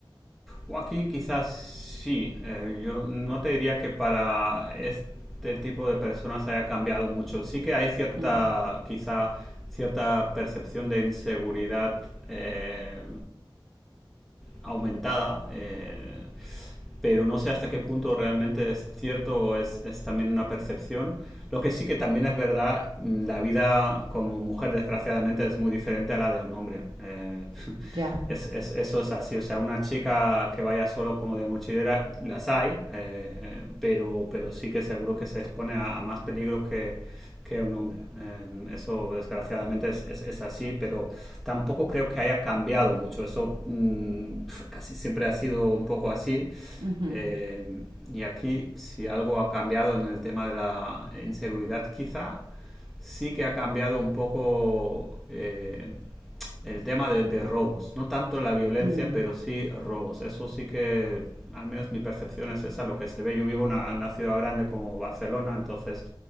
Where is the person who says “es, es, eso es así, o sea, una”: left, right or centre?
Centre